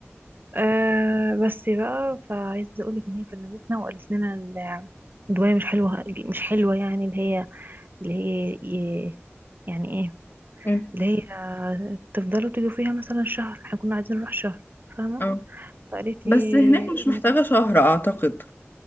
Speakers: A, on the right; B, on the left.
A: أه بس بقى فعايزة أقولك إن هي كلمتنا وقالت لنا ال- الدواية مش حلوة مش حلوة يعني اللي هي اللي هي ي- يعني إيه
B: مم.
A: اللي هي تفضلوا تيجوا فيها مثلا شهر احنا كنا عايزين نروح شهر فاهمة
B: اه
A: فقالت
B: بس
A: لي
B: هناك مش محتاجه
A: ما-
B: شهر اعتقد